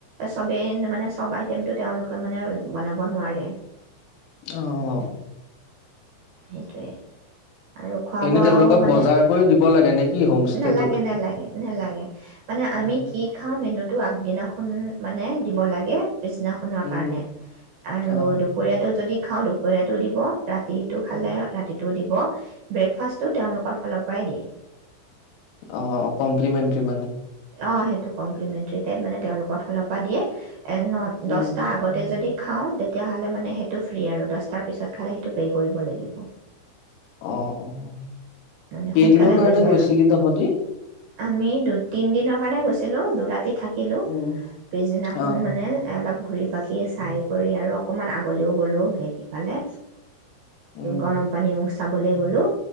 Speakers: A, on the right; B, on the left.
A: চবেই মানে চব আইটেমতটো তেওঁলোকে মানে বনাব নোৱাৰে
B: অঁ
A: সেইটোৱেই আৰু খোৱা
B: এনে
A: বোৱাও
B: তেওঁলোকক
A: মানে
B: বজাৰ কৰি দিব লাগে নে কি হোমষ্টেটোত?
A: নালাগে নালাগে নালাগে মানে
B: অ',
A: আমি কি খাওঁ মেনুত তটো আগদিনাখন মানে দিব লাগে পিছনাখনৰ
B: উম,
A: কাৰণে আৰু
B: অ',
A: দুপৰীয়াটো যদি খাওঁ দুপৰীয়াতটো দিব ৰাতি টো খালে
B: উম,
A: ৰাতি দিব ব্ৰেকফাষ্ট টো তেওঁলোকৰ ফালৰ পৰাই দিয়ে
B: অ অ কমপ্লিমেণ্টাৰী মানে
A: অঁ সেইটো কমপ্লিমেণ্টেৰী টাইপ মানে তেওঁলোকৰ ফালৰ পৰা দিয়ে ন
B: উম,
A: দহটা আগতে যদি খাওঁ তেতিয়াহ'লে মানে সেইটো ফ্ৰী আৰু দহটাৰ পিছত খালে সেইটো পে' কৰিব লাগিব
B: অ অ কেইদিনৰ
A: মানে সোনকালে হৈ
B: কাৰণে
A: যায়
B: গৈছিলি
A: আৰু
B: তহঁতি
A: আমি দু তিনিদিনৰ কাৰণে গৈছিলোঁ দু ৰাতি থাকি শিকিলোঁ
B: উম,
A: পিছদিনাখন
B: অ',
A: মানে অলপ ঘূৰি পাাকি চাই কৰি আৰু অকণমান আগলৈও গ'লো হেৰিফালে
B: উম,
A: গৰম পানী ও চাবলৈ গ'লোঁ